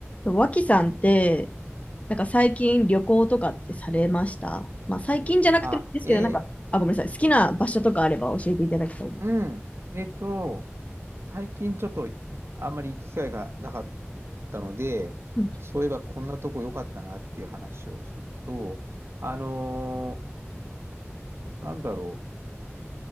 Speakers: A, on the left; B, on the right.
A: 脇さんって、なんか最近旅行とかってされましたまあ最近じゃなくてもいいですけど、
B: あ、えー
A: なんか、あ、ごめんなさい。好きな場所とかあれば教えていただきたいです。
B: うん。えっと、最近ちょっとあんまり行く機会がなかったので、
A: うん。
B: そういえばこんなとこ良かったなっていう話をすると、あのーなんだろ